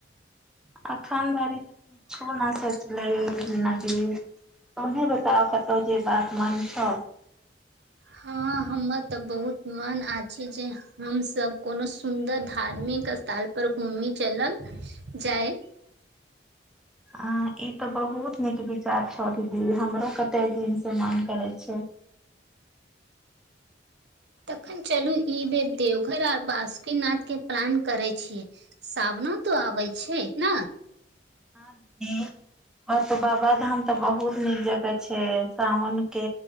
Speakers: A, in the centre; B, on the right.
A: अखन धरी त किछो ना सोचलिए मीना दी तोहें बताउ कतहु जेबाक मन छअ
B: हां हमर तऽ बहुत मन आ छै जे हमस कोनो सुन्दर धार्मिक स्थल पर घूमि चलल जाइ
A: अ ई तऽ बहुत नीक विचार छौ दीदी हमरो कते दिन से मन करे छै
B: तखन चलू ई बेर देवघर आर बासुकीनाथ के प्लान करे छिय सावनो तो आबै छै ने
A: हुँ व त बाबा धाम त बहुत नीक जगह छै सावन के